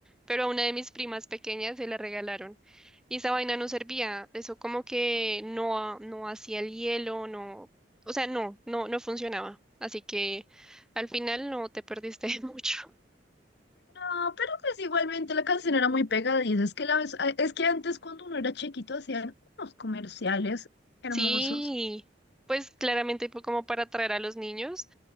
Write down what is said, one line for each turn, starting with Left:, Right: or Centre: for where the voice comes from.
Centre: pero a una de mis primas pequeñas se la regalaron. Y esa vaina no servía, eso como que no, ha- no hacía el hielo, no, o sea, no, no, no funcionaba. Así que al final no te perdiste <laughs> de mucho.
Left: No, pero pues igualmente la canción era muy pegadiza. Es que, la vez, a- es que antes cuando uno era chiquito hacían unos comerciales hermosos.
Centre: Sí, pues claramente fue como para atraer a los niños